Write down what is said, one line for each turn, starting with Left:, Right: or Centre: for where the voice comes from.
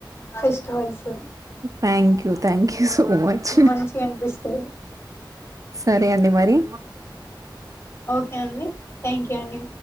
Left: festivals
Right: thank you thank you so much
Left: మంచిగా అనిపిస్తది
Right: సరే అండి మరి
Left: ఓకే థ్యాంక్ యూ అండి